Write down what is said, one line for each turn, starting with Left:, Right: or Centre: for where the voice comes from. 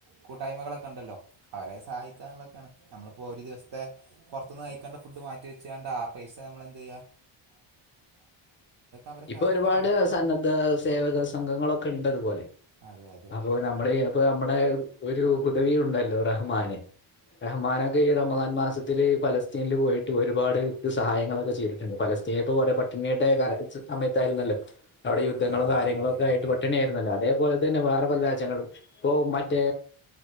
Right: കൂട്ടായ്മകളൊക്കെണ്ടല്ലോ അവരെ സഹായിക്കാന്നുള്ളക്കെണ് നമ്മളിപ്പോ ഒരു ദിവസം ത്തെ പൊർത്തുന്ന് കഴിക്കേണ്ട ഫുഡ് മാറ്റി വെച്ച്ങ്ങാണ്ട് ആ പൈസ നമ്മളെന്തെയ്യാ അവരെ സഹായിക്കുക
Left: ഇപ്പൊരുപാട്
Right: എന്നുള്ളതാണ്
Left: സന്നദ്ധ സേവക സംഘങ്ങളൊക്കെ- ഒക്കെണ്ടതുപോലെ
Right: അതെ അതെ
Left: അപ്പൊ നമ്മള് അപ്പൊ നമ്മടെ ഒരു ഹുദവി ഉണ്ടല്ലോ റഹ്മാന്? റഹ്മാനൊക്കെ ഈ റമദാൻ മാസത്തില് ഫലസ്തീൻല് പോയിട്ട് ഒരുപാട് സഹായങ്ങളൊക്കെ ചെയ്തിട്ട്ണ്ട് പലസ്തീനിപ്പോ കൊറേ പട്ടിണിയുടെ സമയത്തായിരുന്നല്ലോ അവിടെ യുദ്ധങ്ങളും
Right: ആ
Left: കാര്യങ്ങളും
Right: അതെ യുദ്ധങ്ങളൊക്കെ
Left: ഒക്കെയായിട്ട്
Right: ആയിട്ട്
Left: പട്ടിണിയായിരുന്നല്ലോ? അതെപോലെ തന്നെ വേറെ പല രാജ്യങ്ങളും ഇപ്പൊ മറ്റേ